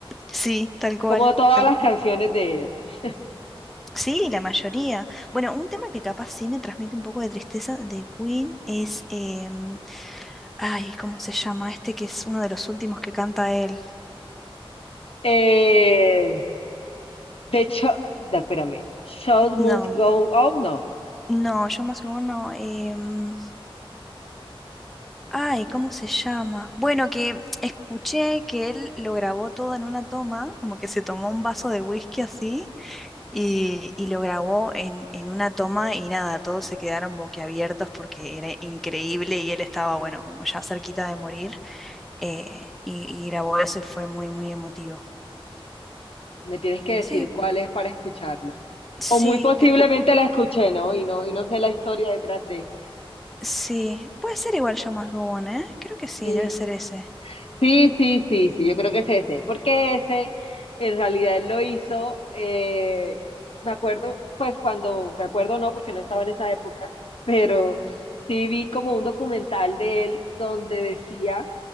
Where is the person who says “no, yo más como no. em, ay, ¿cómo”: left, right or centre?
Centre